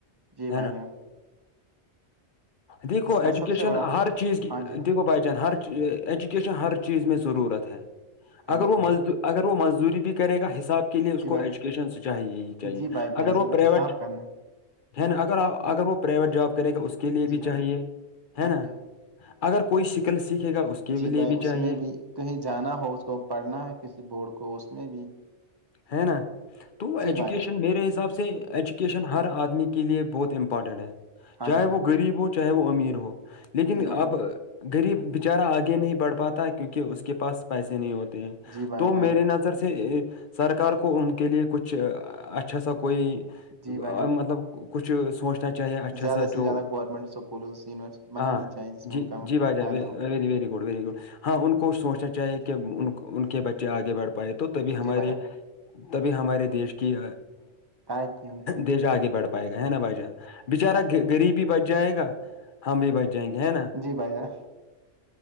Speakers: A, on the right; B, on the left.
A: جی بھائی
B: ہے نا
A: جان
B: دیکھو
A: اس کا
B: ایجوکیشن
A: سب سے بڑا
B: ہر چیز کی
A: ہاں جی بھائی
B: دیک گو بچن ہری <inaudible> ایجوکیشن ہر چیز میں ضرورت ہے
A: ہاں
B: اگر
A: جی
B: وہ
A: بھائی
B: مز اگر وہ مزدوری بھی کرے گا حساب کے کے لیے اس
A: جی
B: کو
A: بھائی
B: ایجوکیشن چاہیے ہی چاہیے
A: جی بھائی پیسے
B: اگر وہ
A: کا
B: پرائیویٹ
A: حساب کرنا
B: ہے نا اگر اگر وہ پرائیویٹ جاب کرے گا اس کے لیے
A: جی
B: بھی
A: بھائی
B: چاہیے ہے
A: ہاں جی
B: نا
A: بھائی
B: اگر کوئی شکل سیکھے گا اس کے بھی
A: جی
B: لیے
A: بھائی
B: بھی
A: اس
B: چاہیے
A: میں بھی کہیں جانا ہو اس کو پڑھنا ہے کسی بورڈ کو اس میں بھی
B: ہے نا تو ایجوکیشن
A: جی بھائی جان
B: میرے حساب سے سے ایجوکیشن ہر آدمی کے لیے بہت امپورٹنٹ ہے
A: ہاں
B: چاہے
A: جی بھائی
B: وہ گغریب ہو چ چاہے وہ امیر ہو لیکن
A: جی بھائی
B: اب
A: جان
B: غریب بچارہ آگے نہیں بڑھ پاتا ہے کیونکہ اس کے پاس پیسے نہیں ہوتے ہیں
A: جی بھائی
B: تو
A: جان
B: میری نظر سے سرکار کو ان کے لیے کچھ اچھا سا کوئی
A: جی بھائی جان
B: مطلب کچھ سوچ نا چاہیے اچھا
A: زیادہ
B: سا
A: سے
B: جو
A: زیادہ گورنمنٹ اسکولز یونیورسٹی بنانی
B: ہاں
A: چاہیے جس میں
B: جی
A: ان کا
B: جی بھائی جان
A: فائدہ
B: وی
A: ہو
B: وی گڈ وی گڈ <inaudible> ہاں ان کو سوچنا چاہیے کہ ان ان کے بچے آگے بڑھ پائے تو تبھی ہمارے
A: جی بھائی جان
B: تبھی ہمارے دیش کی
A: کائے کی ہوئی
B: دیش آگے بڑھ پائے گا ہے نا بھائی جان بچارا غریبی بچ جائے گا ہم بھی بچ جائیں گے ہے نا
A: جان
B: <inaudible>
A: جی بھائی جان